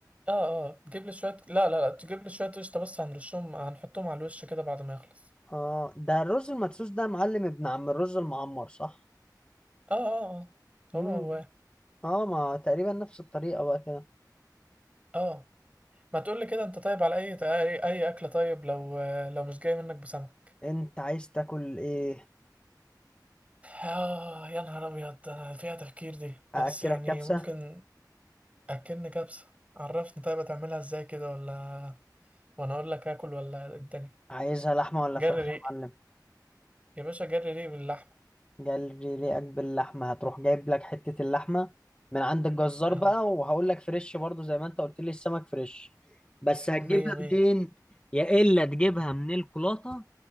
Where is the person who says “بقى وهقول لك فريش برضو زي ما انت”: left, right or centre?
Left